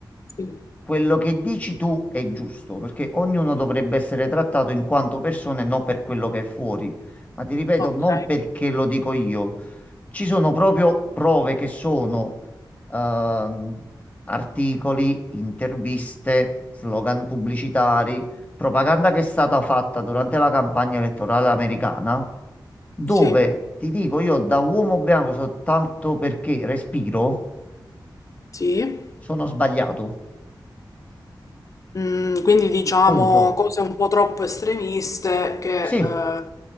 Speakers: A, on the left; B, on the left.
A: Sì.
B: Quello che dici tu è giusto, perché ognuno dovrebbe essere trattato in quanto persona e non per quello che è fuori. Ma ti ripeto,
A: Ok,
B: non perché lo dico io. Ci sono proprio prove che sono ehm, articoli, interviste, slogan pubblicitari, propaganda che è stata fatta durante la campagna elettorale americana, dove
A: sì,
B: ti dico io da uomo bianco soltanto perché respiro,
A: sì.
B: sono sbagliato.
A: Mm, quindi diciamo
B: Punto.
A: cose un po' troppo estremiste che,
B: Sì.
A: eh,